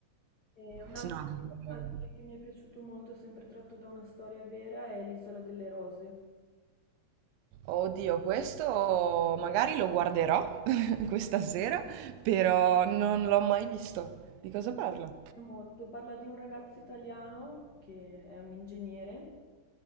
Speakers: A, on the left (about 50°); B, on the right (about 80°).
A: E un
B: sì,
A: altro
B: no, anche
A: film
B: quello-
A: anche che mi è piaciuto molto, sempre tratto da una storia vera, è L'Isola delle Rose.
B: Oddio, questo magari lo guarderò <laughs> questa sera, però non l'ho mai visto. Di cosa parla?
A: Molto. Parla di un ragazzo italiano che è un ingegnere